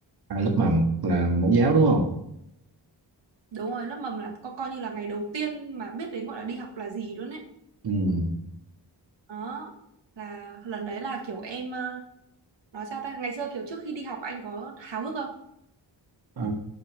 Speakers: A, on the right; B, on the right.
A: à lớp mầm là mẫu giáo đúng không?
B: đúng rồi lớp mầm là co, coi như là ngày đầu tiên mà biết đến gọi là đi học là gì luôn ấy
A: Ừ.
B: đó là lần đấy là kiểu em ờ, nói sao ta ngày xưa kiểu trước khi đi học anh có háo hức không
A: Ờ,